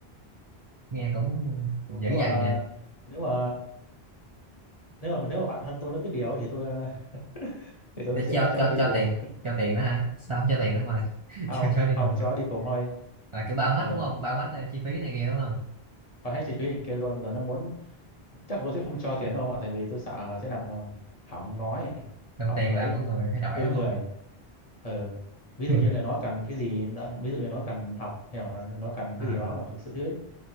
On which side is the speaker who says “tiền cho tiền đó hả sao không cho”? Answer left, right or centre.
Right